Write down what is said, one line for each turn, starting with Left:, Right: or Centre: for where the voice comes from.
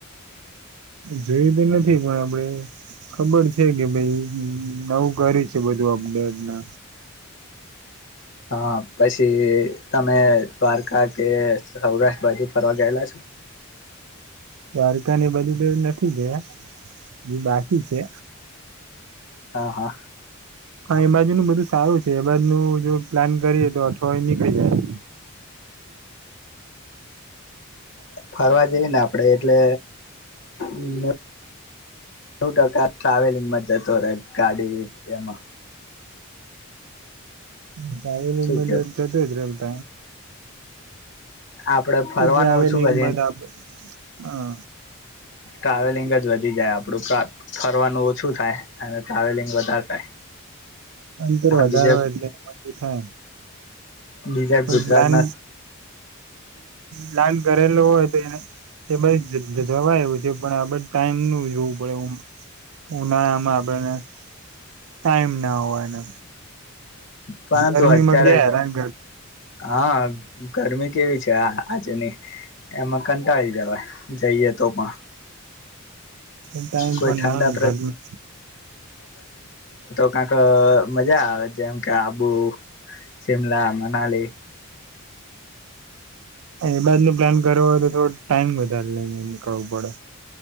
Right: જોયું તો નથી પણ આપણે ખબર છે કે ભાઈ નવું કરે છે બધું અપડેટ ને
Left: હા પછી તમે દ્વારકા કે સૌરાષ્ટ્ર બાજુ ફરવા ગયેલા છો?
Right: દ્વારકા ને બધું તો નથી ગયા, એ બાકી છે.
Left: હા હા.
Right: પણ એ બાજુ નું બધું સારું એ બાજુનું જો પ્લાન કરીએ તો અઠવાડિયુ નીકળી જાય.
Left: ફરવા જઈ ને આપણે એટલે, નવ ટકા ટ્રાવેલિંગમાં જતો રહે ગાડી એમાં.
Right: ટ્રાવેલિંગ
Left: શું
Right: માં
Left: કેવું
Right: તો જતો જ રવ હ.
Left: આપણે ફરવાનું
Right: ટ્રાવેલિંગમાં
Left: ઓછું કરીએ.
Right: તો આપ હા.
Left: ટ્રાવેલિંગ જ વધી જાય આપણું ફરવાનું ઓછું થાય અને ટ્રાવેલિંગ વધારે થાય.
Right: અંતર વધારો
Left: બીજા
Right: એટલે એ બધું થાય.
Left: બીજા
Right: પણ
Left: ગુજરાત
Right: પ્લાન
Left: ના..
Right: પ્લાન કરેલો હોય તો એ એ બાજુ જવા જેવું છે. પણ આપણે ટાઈમ નું જોવું પડે. ઉનાળામાં આપણને.. ટાઈમ ના હોયને.
Left: પરંતુ
Right: ગરમીમાં
Left: અત્યારે
Right: <unintelligible> હેરાન..
Left: હા.. ગરમી કેવી.. આજે નહી એમાં કંટાળી જવાય જઈએ તો પણ
Right: ટાઈમ
Left: કોઈ
Right: પણ
Left: ઠંડા
Right: ના હોય ને ઘરમા...
Left: કંઈક મજા આવે. જેમ કે આબુ, શિમલા, મનાલી
Right: એ બાજુ ન પ્લાન કરવો હોય તો થોડો ટાઈમ વધારે લઇને નીકળવું પડે.